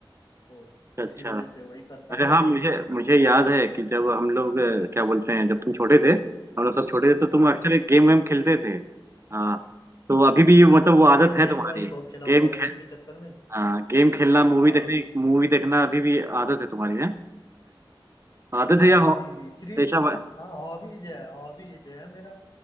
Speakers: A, on the left (about 50°); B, on the right (about 30°).
A: तो
B: अच्छा
A: इसी वजह
B: अच्छा
A: से वही करता
B: अरे
A: हूँ
B: हाँ
A: अभी
B: मुझे मुझे याद है कि जब हम लोग अ, क्या बोलते हैं जब तुम छोटे थे हम लोग सब छोटे थे तो तुम
A: हाँ
B: अक्सर एक गेम वेम खेलते थे हाँ तो अभी भी मतलब वो आदत
A: गेम
B: है तुम्हारी
A: तो भाई बहुत खेला
B: गेम
A: हूँ और उसी
B: खेल
A: के चक्कर में
B: हाँ गेम खेलना मूवी
A: हाँ
B: देखने मूवी देखना अभी भी आदत है तुम्हारी है आदत
A: हाँ,
B: है या हो-
A: अभी भी फ्री
B: पेशा
A: हाँ हॉबीज है हॉबीज है मेरा